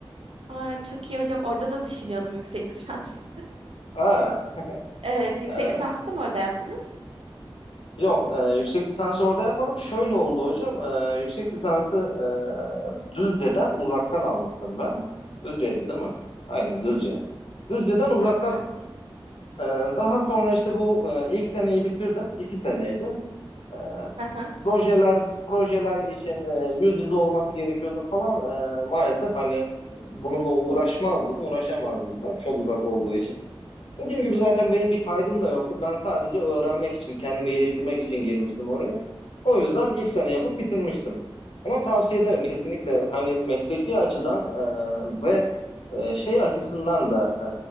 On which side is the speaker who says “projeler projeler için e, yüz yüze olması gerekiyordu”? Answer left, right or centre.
Left